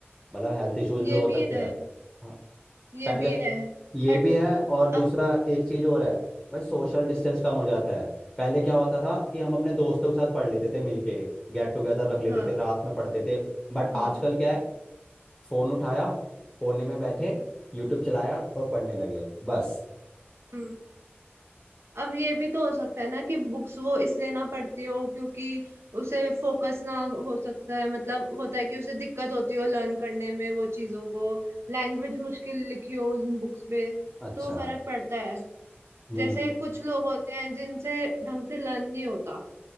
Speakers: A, in the centre; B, on the right.
A: मतलब हेल्थ इश्यूज भी
B: ये
A: हो सकते
B: भी है
A: हैं हाँ,
B: ये
A: पहले
B: भी है
A: ये
B: बट
A: भी है और दूसरा
B: अब
A: एक चीज और है भाई सोशल डिस्टेंस कम हो जाता है पहले क्या होता था कि हम अपने दोस्तों के साथ पढ़ लेते थे मिलके एक गेट टुगेदर रख लेते
B: हाँ
A: थे रात में पढ़ते थे बट
B: हाँ
A: आजकल क्या है फोन उठाया कोने में बैठे यूट्यूब चलाया और पढ़ने लगे बस
B: हम्म अब ये भी तो हो सकता है ना कि बुक्स वो इसलिए ना पढ़ती हो क्योंकि उसे फोकस ना हो सकता है मतलब होता है कि उसे दिक्कत होती हो लर्न करने में वो चीजों को लैंग्वेज मुश्किल लिखी हो उन बुक्स पे
A: अच्छा
B: तो फर्क पड़ता है
A: हम्म
B: जैसे कुछ लोग होते हैं जिनसे ढंग से लर्न नहीं होता